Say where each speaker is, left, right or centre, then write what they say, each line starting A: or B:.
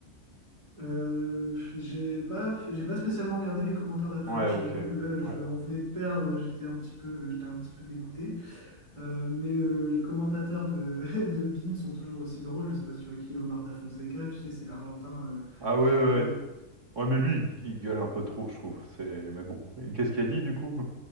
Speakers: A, on the right; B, on the right.
A: Euh, j'ai pas, j'ai pas spécialement regardé les commentaires d'après-match.
B: Ouais, ok.
A: Je t'avoue que là, je,
B: Ouais.
A: on venait de perdre. J'étais un petit peu, j'étais un petit peu dégoûté. Euh, mais euh, les commentateurs de, <laughs> de BeIN sont toujours aussi drôles. Je sais pas si tu vois qui est Omar da Fonseca, tu sais, c'est l'Argentin euh,
B: Ah ouais,
A: qui...
B: ouais.
A: euh,
B: Ouais, Ouais, mais lui, il il gueule un peu trop, je trouve. C'est... Mais bon, Et qu'est-ce qu'il a dit du coup?